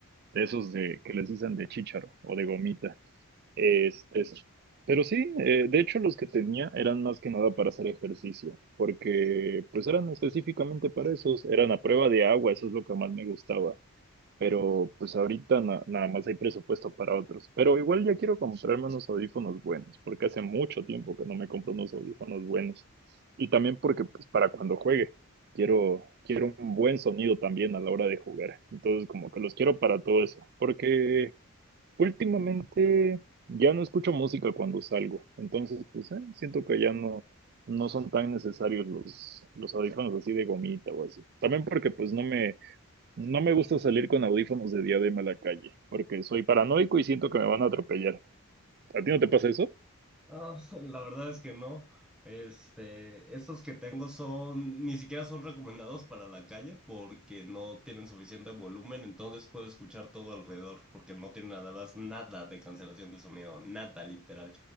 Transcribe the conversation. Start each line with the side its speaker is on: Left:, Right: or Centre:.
Right: de esos de que les dicen de chícharo o de gomita. Es, es- Pero sí, eh, de hecho, los que tenía eran más que nada para hacer ejercicio, porque pues eran específicamente para esos, eran a prueba de agua, eso es lo que más me gustaba pero pues ahorita na- nada más hay presupuesto para otros. Pero igual ya quiero comprarme unos audífonos buenos, porque hace mucho tiempo que no me compro unos audífonos buenos. Y también porque pues para cuando juegue, quiero, quiero un buen sonido también a la hora de jugar. Entonces como que los quiero para todo eso, porque últimamente ya no escucho música cuando salgo. Entonces pues eh, siento que ya no... No son tan necesarios los, los audífonos así de gomita o así. También porque pues no me, no me gusta salir con audífonos de diadema a la calle, porque soy paranoico y siento que me van a atropellar. ¿A ti no te pasa eso?
Centre: No, <laughs> la verdad es que no. Este, estos que tengo son, ni siquiera son recomendados para la calle porque no tienen suficiente volumen, entonces puedo escuchar todo alrededor porque no tienen nada, nada de cancelación de sonido, nada literal.